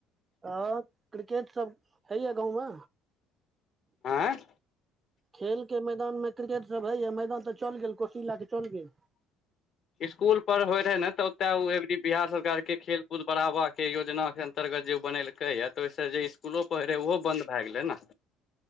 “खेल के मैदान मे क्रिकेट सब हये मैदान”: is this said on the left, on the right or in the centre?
Right